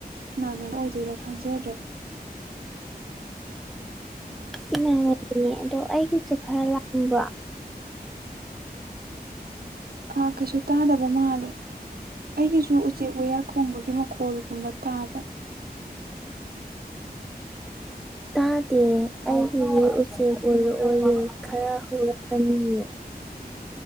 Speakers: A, on the right; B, in the centre.
A: ꯏꯃꯥꯟꯅꯕ ꯑꯣꯏꯗꯣꯏꯔꯥ ꯈꯪꯖꯗ꯭ꯔꯦ꯫
B: <inaudible> <inaudible> ꯏꯃꯥꯅꯦ <inaudible> ꯗꯣ ꯑꯩꯒꯤꯁꯦ ꯈꯔ ꯂꯥꯡꯕ꯭ꯔꯥ꯫
A: ꯑꯥ ꯀꯩꯁꯨ ꯇꯥꯗꯕ ꯃꯥꯜꯂꯦ ꯑꯩꯒꯤꯁꯨ ꯆꯦꯛꯋꯌꯥ ꯈꯣꯡꯕꯒꯤ ꯃꯈꯣꯜꯒꯨꯝꯕ ꯇꯥꯕ꯭ꯔꯥ꯫
B: ꯇꯥꯗꯦ ꯑꯩꯒꯤꯢ ꯎꯆꯦꯛ ꯑꯣꯢꯔꯛꯑꯣꯌꯦ ꯈꯔ ꯍꯧꯔꯛ ꯑꯅꯤꯌꯦ꯫ <inaudible>